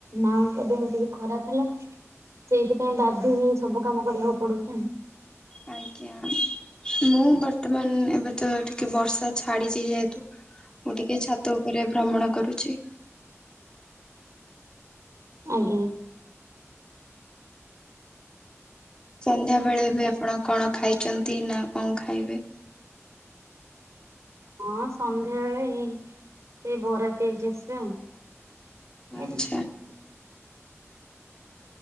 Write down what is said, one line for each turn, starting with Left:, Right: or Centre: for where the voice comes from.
Right: ମାଙ୍କ ଦେହ ଟିକେ ଖରାପ ହେଲା ସେଇଥି ପାଇଁ ବାଧ୍ୟ ହେଇ ସବୁ କାମ କରିବାକୁ ପଡୁଛି ଆଉ।
Left: ଆଜ୍ଞା ମୁଁ ବର୍ତ୍ତମାନ ଏବେ ତ ଟିକେ ବର୍ଷା ଛାଡ଼ିଛି ଯେହେତୁ ମୁଁ ଟିକେ ଛାତ ଉପରେ ଭ୍ରମଣ କରୁଛି।
Right: ଆଜ୍ଞା।
Left: ସନ୍ଧ୍ୟା ବେଳେ ବି ଆପଣ କଣ ଖାଇଛନ୍ତି ନା କଣ ଖାଇବେ?
Right: ହଁ ସନ୍ଧ୍ୟା ବଳେ ଏଇ ସେଇ ବରା, ପିଆଜି ଆସିବେ ଆଉ। ମତେ
Left: ଆଚ୍ଛା
Right: <unintelligible>